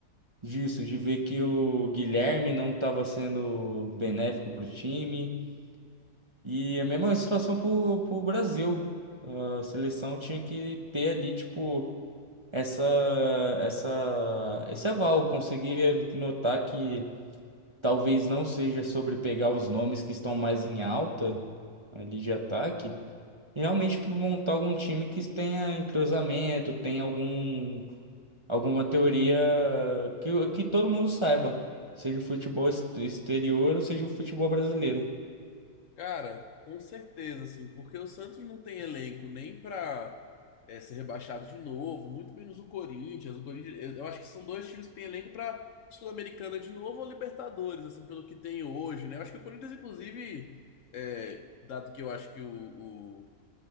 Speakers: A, on the right; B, on the left.
A: Disso, de ver que o Guilherme não estava sendo benéfico para o time. E a mesma situação para o Brasil. A seleção tinha que ter ali, tipo, essa, essa, esse aval. Conseguir notar que talvez não seja sobre pegar os nomes que estão mais em alta ali de ataque. E realmente montar algum time que tenha entrosamento, tenha algum alguma teoria que, que todo mundo saiba, seja o futebol ex- exterior ou seja o futebol brasileiro.
B: Cara, com certeza, assim, porque o Santos não tem elenco nem pra é, ser rebaixado de novo, muito menos o Corinthians. O Corinthians, eu eu acho que são dois times que têm elenco pra Sul-Americana de novo ou Libertadores, assim, pelo que tem hoje, né? Eu acho que o Corinthians, inclusive, é, dado que eu acho que o,